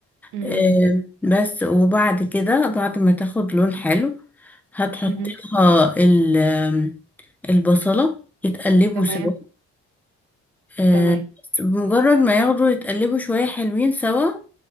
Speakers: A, on the right (about 80°); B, in the centre.
A: مم.
B: آم، بس وبعد كده بعد ما تاخد لون حلو هتحطي
A: مهم.
B: لها ال- آم، البصلة يتقلبوا
A: تمام
B: سوا آم،
A: تمام
B: بس بمجرد ما ياخدوا يتقلبوا شوية حلوين سوا